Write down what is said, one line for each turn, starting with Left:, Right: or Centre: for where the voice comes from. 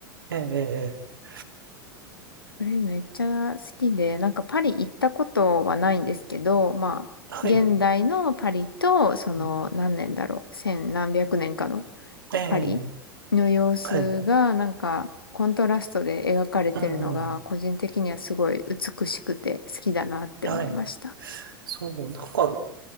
Right: ええ、ええ、ええ
Left: これめっちゃ好きで、なんかパリ行ったことはないんですけど、まあ、
Right: はい。
Left: 現代のパリと、その何年だろう、
Right: うん
Left: 千何百年かの
Right: ええ、
Left: パリの様子が、
Right: はい。
Left: なんかコントラストで描かれてるのが、
Right: うんうん。
Left: 個人的にはすごい美しくて好きだなって思いました。
Right: はい。そう、なんか、